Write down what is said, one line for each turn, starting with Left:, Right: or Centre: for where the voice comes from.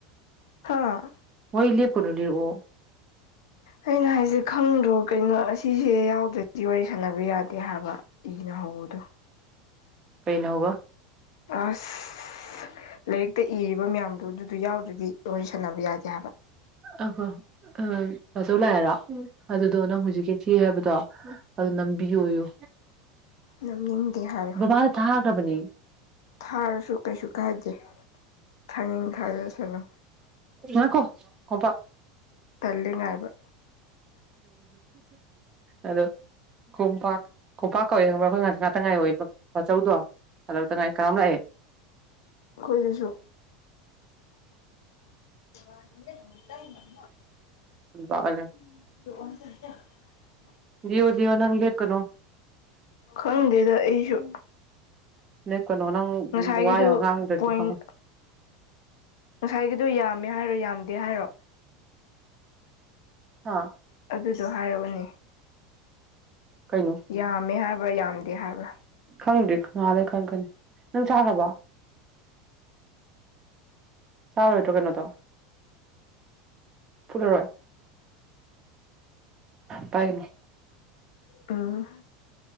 Left: ꯍꯥꯥ
Right: ꯃꯣꯏ ꯂꯦ ꯄꯨꯅꯅꯤꯔꯑꯣꯣ
Left: ꯑꯩꯅ ꯍꯥꯏꯁꯦ ꯈꯪꯗ꯭ꯔꯣ ꯀꯩꯅꯣ ꯑꯁꯤꯁꯦ ꯌꯥꯎꯗ꯭ꯔꯗꯤ ꯋꯥꯔꯤ ꯁꯥꯟꯅꯕ ꯌꯥꯗꯦ ꯍꯥꯏꯕ ꯏꯅꯣ ꯍꯥꯎꯗꯨ
Right: ꯀꯩꯅꯩꯅ ꯍꯒ
Left: ꯑꯁ ꯂꯥꯏꯔꯤꯛꯇ ꯏꯔꯤꯕ ꯃꯌꯥꯝꯗꯨ ꯑꯗꯨꯗ ꯌꯥꯎꯗ꯭ꯔꯗꯤ ꯂꯣꯏ ꯁꯥꯟꯅꯕ ꯌꯥꯗꯦ ꯍꯥꯏꯕ
Right: ꯑꯍꯣ ꯑ ꯑꯆꯧ ꯂꯥꯛꯑꯔ ꯑꯗꯨꯗꯣ ꯅꯪ ꯍꯧꯖꯤꯛꯀꯤ ꯊꯤ ꯍꯥꯏꯕꯗꯣ ꯑꯗꯨ ꯅꯝꯕꯤꯌꯣꯌꯨ
Left: ꯅꯝꯅꯤꯡꯗꯦ ꯍꯥꯏꯌꯨ
Right: ꯕꯕꯥ ꯊꯥꯒ꯭ꯔꯕꯅꯤ
Left: ꯊꯥꯔꯁꯨ ꯀꯩꯁꯨ ꯀꯥꯏꯗꯦ ꯊꯥꯡꯅꯤꯡꯡ ꯊꯥꯗꯔꯁꯅꯨ
Right: ꯌꯦ ꯀꯣ ꯀꯄ
Left: ꯇꯜꯂꯤꯉꯥꯏꯕ
Right: ꯑꯗꯣ ꯀꯝꯄꯥꯛ ꯀꯣꯡꯝꯄꯥꯛ ꯀꯧꯋꯏꯦ ꯈꯪꯕ꯭ꯔꯥ ꯑꯩꯈꯣꯏ ꯉꯁꯤ ꯉꯥꯛꯇ ꯉꯥꯏ ꯑꯣꯏ ꯃꯆꯧꯗꯣ ꯍꯂꯛꯇ ꯉꯥꯏ ꯀꯥꯝ ꯂꯥꯛꯑꯦ
Left: ꯑꯩꯈꯣꯏꯗꯁꯨ ꯋꯥ <unintelligible> <unintelligible>
Right: ꯑꯣ
Left: <unintelligible> <unintelligible>
Right: ꯂꯤꯌꯣ ꯂꯤꯌꯣ ꯅꯪ ꯂꯦꯛ ꯀꯅꯣ
Left: ꯈꯪꯗꯦꯗ ꯑꯩꯁꯨ
Right: ꯅꯣꯏ ꯀꯩꯅꯣ ꯅꯪ
Left: ꯉꯁꯥꯏꯒꯤꯗꯨ
Right: ꯋꯥꯌꯥꯝ ꯉꯥꯡꯗ꯭ꯔꯗꯤ
Left: ꯄꯣꯏꯟ
Right: ꯐꯪꯉ
Left: ꯉꯁꯥꯏꯒꯤꯗꯣ ꯌꯥꯝꯃꯦ ꯍꯥꯏꯔꯣ ꯌꯥꯝꯗꯦ ꯍꯥꯏꯔꯣ
Right: ꯑ
Left: ꯑꯗꯨꯗꯣ ꯍꯥꯏꯔꯑꯣꯅꯦ
Right: ꯀꯩꯅꯣ
Left: ꯌꯥꯝꯃꯦ ꯍꯥꯏꯕ꯭ꯔꯥ ꯌꯥꯝꯗꯦ ꯍꯥꯏꯕ꯭ꯔꯥ
Right: ꯈꯪꯗ꯭ꯦꯪꯗ ꯈꯪ ꯈ ꯅꯪ ꯆꯥꯈ꯭ꯔꯔꯕ ꯆꯥꯎ ꯍꯇꯣ ꯀꯩꯅꯣ ꯇꯣ ꯄꯨꯟꯅꯔꯕꯥ ꯄꯥꯏꯒꯅꯨ
Left: ꯎꯝ